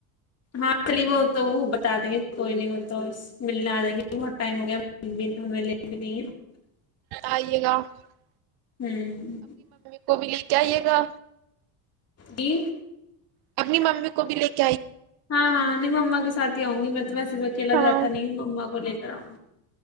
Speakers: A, on the left; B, on the right.
A: ہاں چلی وہ تو وہ بتا دیں گے کوئی نہیں وہ تو ملنے آ جیں گے بہت ٹائم ہو گیا ہمیں لے بھی نہیں <unintelligible>
B: آئیے گا <unintelligible>
A: ہوں <unintelligible>
B: کوب کیا آئیے گا
A: جی
B: <unintelligible> اپنی مامی کو <unintelligible> کو بھی لیک <unintelligible>
A: ہاں ہاں انیں مما کے ساتھ <unintelligible> آؤ گی مطلب میں <unintelligible> کلا
B: ہاں
A: جاتا نہیں مما کوول <unintelligible> را <unintelligible>